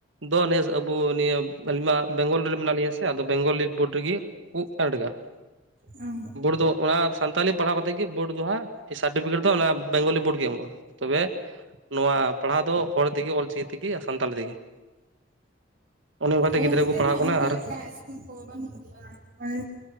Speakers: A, on the right; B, on the right.
A: ᱫᱚ ᱱᱮᱥ ᱟᱵᱚ ᱱᱤᱭᱟᱹ ᱟᱹᱞᱤᱧ ᱢᱟ ᱵᱮᱝᱜᱚᱞ ᱨᱮ ᱢᱮᱱᱟᱜ ᱞᱤᱧᱟ ᱥᱮ ᱟᱫᱚ ᱵᱮᱝᱜᱚᱞᱤ ᱵᱚᱰ ᱨᱮᱜᱮ ᱠᱩᱜ ᱯᱮᱰᱜᱟ
B: ᱦᱩᱸ
A: ᱵᱚᱰ ᱫᱚ ᱚᱱᱟ ᱥᱟᱱᱛᱟᱞᱤ ᱯᱟᱲᱦᱟᱣ ᱠᱟᱛᱮᱫ ᱜᱮ ᱵᱚᱰ ᱫᱚ ᱦᱟᱸᱜ ᱥᱟᱨᱴᱤᱯᱷᱤᱠᱮᱴ ᱫᱚ ᱚᱱᱟ ᱵᱮᱝᱜᱚᱞᱤ ᱵᱚᱰ ᱜᱮ ᱮᱢᱚᱜᱼᱟ᱾ ᱛᱚᱵᱮ ᱱᱚᱣᱟ ᱯᱟᱲᱦᱟᱣ ᱫᱚ ᱦᱚᱲ ᱛᱮᱜᱮ ᱚᱞᱪᱤᱠᱤ ᱛᱮᱜᱮ ᱥᱟᱱᱛᱟᱲᱤ ᱛᱮᱜᱮ᱾ ᱚᱱᱮ ᱚᱱᱠᱟᱛᱮ
B: ᱟᱞᱮ
A: ᱜᱤᱫᱽᱨᱟᱹ
B: ᱱᱚᱛᱮ
A: ᱠᱚ ᱯᱟᱲᱦᱟᱜ
B: ᱢᱟ
A: ᱠᱟᱱᱟ
B: ᱚᱱᱠᱟ
A: ᱟᱨ
B: ᱞᱮᱠᱟ ᱤᱥᱠᱩᱞ ᱠᱚ ᱵᱟᱱᱩᱜ ᱜᱮᱭᱟ ᱢᱟᱭ